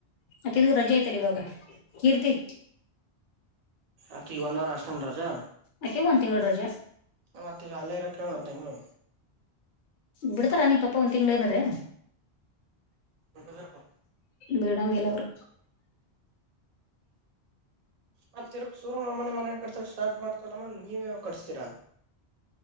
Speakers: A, on the left (about 55°); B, on the right (about 45°).
A: ಅಕೀದು ರಜೆ ಐತೆಲ್ಲ ಇವಾಗ. ಕೀರ್ತಿ.
B: ಅಕಿಗ ಒನ್ ವಾರ ಅಷ್ಟೇನ್ ರಜಾ.
A: ಅಕೀಗ್ ಒಂದ್ ತಿಂಗಳ ರಜಾ.
B: ಮತ್ತ ಈಗ ಅಲ್ಲೆ ಇರಕ ಹೇಳ್ ಒನ್ ತಿಂಗಳು.
A: ಬಿಡ್ತಾರ ನೀಮ್ ಪಪ್ಪ ಒಂದ ತಿಂಗ್ಳ ಏನರೆ.
B: ಬಿಡ್ಬೇಕು.
A: ಬಿಡಾಂಗಿಲ್ಲ ಅವ್ರು.
B: ಮತ್ತ ತಿರಕ್ ಶುರು ಮಾಮಾನೆ ಮನೆ ಮನೆ ಕಟ್ಸಕ್ ಸ್ಟಾರ್ಟ ಮಾಡ್ತ <unintelligible> ಲ್ಲಮ್ಮ ನೀವ ಯಾವಾಗ್ ಕಟ್ಸ್ತೀರಾ.